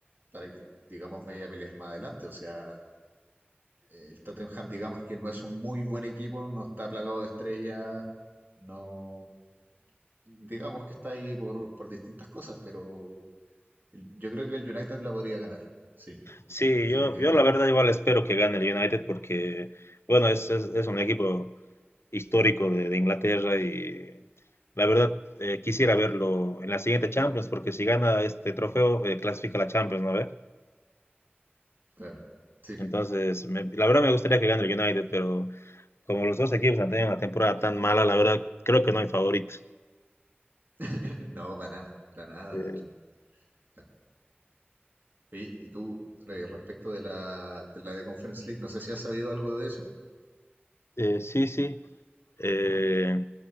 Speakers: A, on the right; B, on the left.
A: para que, digamos, vaya a pelear más adelante, o sea eh, el Tottenham, digamos que no es un muy buen equipo, no está plagado de estrellas, no. Digamos que está ahí por, por distintas cosas, pero el- yo creo que el United la podría ganar. Sí,
B: Sí,
A: definitivamente.
B: yo, yo la verdad igual espero que gane el United porque, bueno, es, es, es un equipo histórico de, de Inglaterra y la verdad eh, quisiera verlo en la siguiente Champions porque si gana este trofeo eh, clasifica a la Champions, ¿no ves?
A: Claro. Sí.
B: Entonces, me- la verdad me gustaría que gane el United, pero como los dos equipos han tenido una temporada tan mala, la verdad creo que no hay favorito.
A: <laughs> No, para nada, para nada,
B: Eh,
A: de hecho. Bueno, oye, y tú, eh, respecto de la, de la de Conference League, no sé si has sabido algo de eso.
B: eh, sí, sí. Eh,